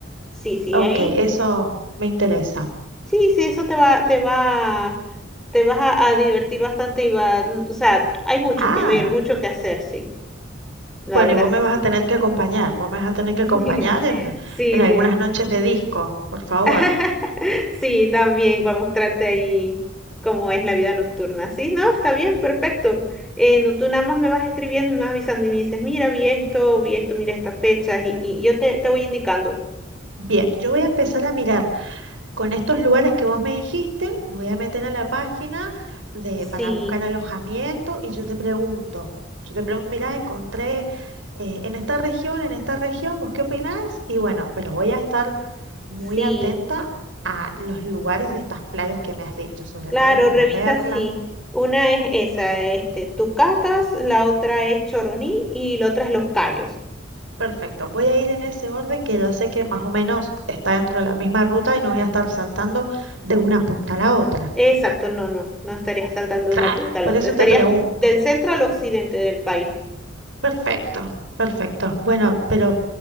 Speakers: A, in the centre; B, on the right.
A: Sí, sí,
B: Ok,
A: ahí.
B: eso me interesa.
A: Sí, sí, eso te va, te va, te vas a, a divertir bastante y va, n- o sea, hay mucho
B: Ah.
A: que ver, mucho que hacer, sí, la
B: Bueno,
A: verdad
B: y vos
A: es
B: me
A: que
B: vas
A: sí.
B: a tener que acompañar, vos me vas a tener que
A: <laughs>
B: acompañar en,
A: Sí,
B: en algunas
A: sí.
B: noches de disco, por favor.
A: <laughs> Sí, también para mostrarte ahí cómo es la vida nocturna. Sí, no, está bien, perfecto. Eh, no, tú nada más me vas escribiendo y me vas avisando y me dices, mira, vi esto, vi esto, mira estas fechas y, y yo te, te voy indicando.
B: Bien, yo voy a empezar a mirar con estos lugares que vos me dijiste, me voy a meter a la página de,
A: Sí,
B: para buscar alojamiento y yo te pregunto, yo te pregunto, mirá, encontré eh, en esta región, en esta región, ¿vos qué opinás? Y bueno, pero voy a estar muy
A: sí.
B: atenta a los lugares de estas playas que me has dicho, sobre
A: Claro,
B: todo el de
A: revisa
B: La Perla.
A: sí. Una es esa, este, tú cacas, la otra es choroní y la otra es los callos.
B: Perfecto, voy a ir en ese orden que ya sé que más o menos está dentro de la misma ruta y no voy a estar saltando de una punta a la otra.
A: Exacto, no, no, no estarías saltando
B: Claro,
A: de una punta a la
B: por
A: otra,
B: eso
A: estarías
B: te pregunto.
A: del centro al occidente del país.
B: Perfecto, perfecto. Bueno, pero